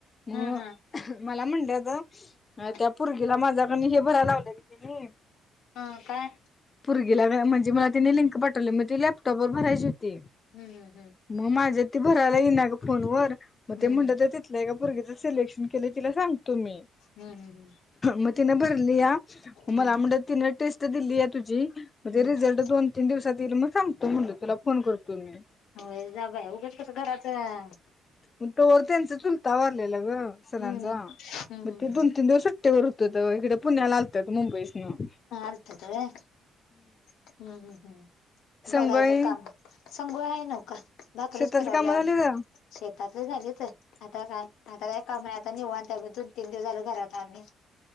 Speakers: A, on the left; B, on the left.
A: मग
B: ह ह
A: मला म्हणलं हुतं,,
B: ह
A: अ त्या पूर्गीला माझ्याकंन हे भराय लावलय की तुम्ही
B: हा काय
A: पुर्गीला म्हणजे मला तिने लिंक पाठवली, म ती लॅपटॉप वर भरायची हुती.
B: हम्म हम्म
A: मग माझ्यात ती भरायला ई ना गं फोन वर, मग
B: हम्म
A: ते म्हणलं तिथल्या एका पुर्गीचं सिलेक्शन केलय तिला सांगतो मी.
B: हम्म हम्म हम्म हम्म
A: मग तिनं भरलिया,
B: हम्म
A: मला म्हणलं तिनं टेस्ट दिल्या आ तुझी म्हणजे
B: हम्म
A: रिझल्ट दोन तीन दिवसात ईल मग सांगतो म्हणलं तुला फोन करतो मी.
B: ए जा बाय, उगंच कसं घराचं
A: मग तोवर त्यांचा चुलता वारलेला ग सरांचा,,
B: हम्म
A: मग
B: हम्म
A: ते दोन तीन दिवस तवर हुतंत इकडं पुण्याला आलतं मुंबईसनं.
B: हा आलतत व्हय,, हम्म हम्म,
A: संगय
B: बघायचं काम संगुआय हाय नवका,, भाकरीच
A: शेतातली
B: कराल्या,
A: कामं झाली का
B: शेतातले झाले तर आता काय, आता काय काम हाय आता निवांत हाय आता दोन तीन दिवस झालं घरात आम्ही.